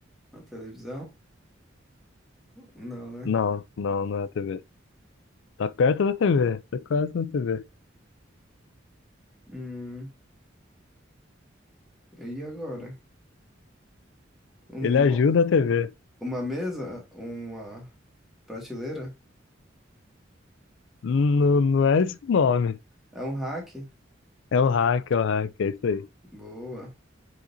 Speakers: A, in the centre; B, on the left.
A: Uma televisão? Não, né?
B: não, não, não é a TV. Tá perto da TV, tá quase na TV.
A: Hum, e agora? Uma,
B: Ele ajuda a TV.
A: uma mesa? Uma prateleira?
B: Não, não é esse o nome.
A: É um rack?
B: É um hack, é um hack, é isso aí.
A: Boa.